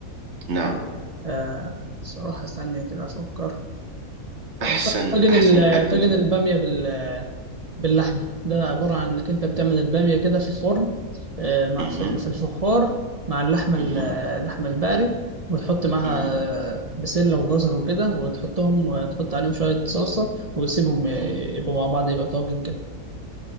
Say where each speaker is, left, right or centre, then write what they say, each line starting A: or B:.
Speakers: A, on the right; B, on the right.
A: نعم
B: آه صراحه ثانيه كده افكر
A: أحسن
B: آه، ط- طاجن
A: أحسن
B: ال-
A: أكل
B: طاجن الباميه بال باللحمه ده عباره عن انك انت بتعمل الباميه كده في الفرن آه، مع في
A: مه.
B: ال- في الفخار مع اللحمه ال-
A: مه.
B: آه، اللحمه البقري وتحط معاها
A: مه.
B: آه، بسله وجزر وكده وتحطهم وتحط عليهم شويه صلصه وتسيبهم آه،
A: مه.
B: يبقوا مع بعض يبقى طاجن كده